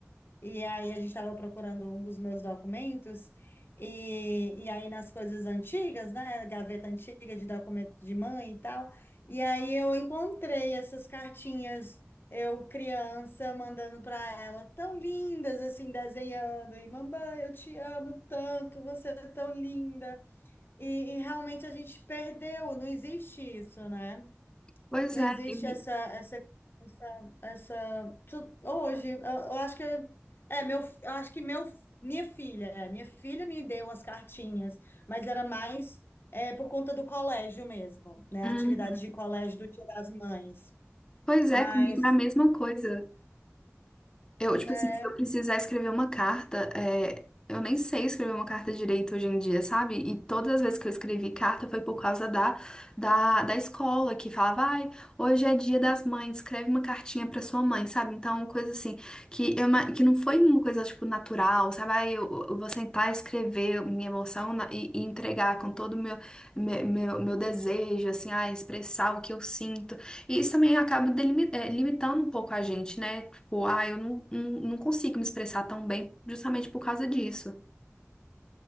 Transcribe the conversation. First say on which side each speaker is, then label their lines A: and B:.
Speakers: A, on the left; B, on the left.
A: E aí a gente estava procurando um dos meus documentos, e, e aí nas coisas antigas, né? Gaveta antiga de documento de mãe e tal. E aí eu encontrei essas cartinhas, eu criança, mandando para ela, tão lindas assim, desenhando, e mamãe, eu te amo tanto, você é tão linda. E, e realmente a gente perdeu, não existe isso, né?
B: Pois
A: Não
B: é,
A: existe
B: e-
A: essa, essa, essa, essa. tu- Hoje, eu, eu acho que é meu, eu acho que meu, minha filha, é, minha filha me deu umas cartinhas, mas era mais é, por conta do colégio mesmo, né?
B: Uhum.
A: A Atividade de colégio do Dia das Mães.
B: Pois é,
A: Mas,
B: comigo é a mesma coisa. Eu,
A: né,
B: tipo assim, se eu precisar escrever uma carta, é, eu nem sei escrever uma carta direito hoje em dia, sabe? E todas as vezes que eu escrevi carta foi por causa da, da, da escola, que falava, ai, hoje é dia das mães, escreve uma cartinha pra sua mãe, sabe? Então, é uma coisa assim, que, eu, ma- que não foi uma coisa, tipo, natural, sabe? Ai, eu, eu vou sentar e escrever minha emoção na- e, e entregar com todo o meu, meu, meu, meu desejo, assim, ai, expressar o que eu sinto. E isso também acaba delimi- eh, limitando um pouco a gente, né? Tipo, ah, eu não, não, não consigo me expressar tão bem justamente por causa disso.